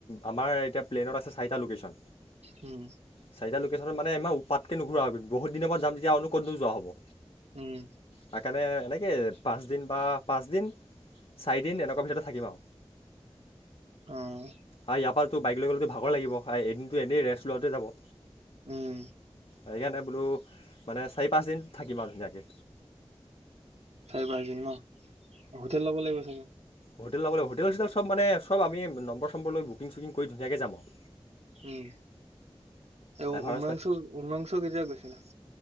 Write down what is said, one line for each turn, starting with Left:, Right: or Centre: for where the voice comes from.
Left: আমাৰ এতিয়া প্লেনত আছে চাৰিটা লোকেচন।
Right: উম।
Left: চাৰিটা লোকেশ্যনত মানে ইমান ওপাতকৈ নুফুৰোৱা বহু দিনৰ পৰা যাম যেতিয়া আৰু ক'তো যোৱা হ'ব।
Right: উম।
Left: তাৰকাৰণে এনেকৈ পাঁচদিন বা পাঁচদিন চাৰিদিন এনেকুৱ। মোঠতে থাকিম আ।
Right: উম।
Left: আৰু ইয়াৰ পা টো বাইক লৈ গ'লেতো ভাগৰ লাগিব আৰু এদিনটো এনেই ৰেষ্ট লোৱাতে যাব।
Right: উম।
Left: অ ইয়াতে বোলো মানে চাৰি -পাঁচদিন থাকিম আৰু ধুনীয়াকে।
Right: চাৰি- পাঁচ দিন ন হোটেল ল'ব লাগিব চাগে।
Left: হোটেল ল'বলৈ হোটেল-চোটেল চব মানে চব আমি নম্বৰ চম্বৰ ল বুকিং-চুকিং কৰি ধুনীয়াকৈ যাম আৰু।
Right: উম এ
Left: এভাৰেষ্ট
Right: উম্ৰংশ
Left: পাই
Right: উম্ৰাংশ কেতিয়া গৈছিলা।